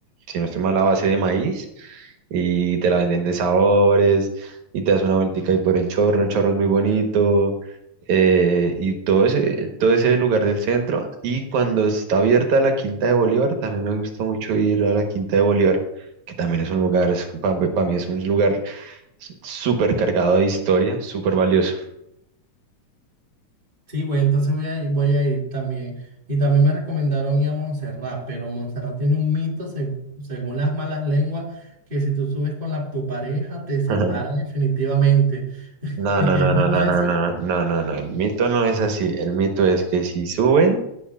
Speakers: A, on the right (about 80°); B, on the right (about 15°).
A: si no estoy mal, a base de maíz, y te la venden de sabores, y te das una vueltica ahí por el chorro, el chorro es muy bonito, eh, y todo ese, todo ese lugar del centro, y cuando está abierta la Quinta de Bolívar, también me gusta mucho ir a la Quinta de Bolívar, que también es un lugar, para mí es un lugar s- súper cargado de historia, súper valioso.
B: Sí, voy, entonces voy a, ir- voy a ir también. Y también me recomendaron ir a Montserrat, pero Montserrat tiene un mito, se- según las malas lenguas, que si tú subes con la, tu pareja, te separa
A: <laughs>
B: definitivamente. <laughs>
A: No,
B: ¿Es
A: no, no, no,
B: verdad
A: no, no,
B: eso?
A: no, no, no, no. El mito no es así. El mito es que si suben